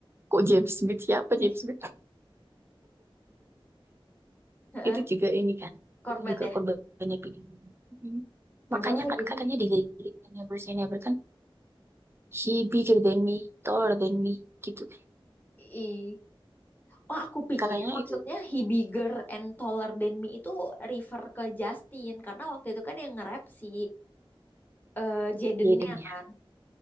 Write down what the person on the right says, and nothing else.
Kok James Smith siapa James
Smith?
Itu juga ini kan.
Itu juga
korbannya PDB. Mm.
Makanya
kan
katanya di liriknya Never Say Never kan He bigger than me, taller than me, gitu.
Katanya
itu
Jaden ya.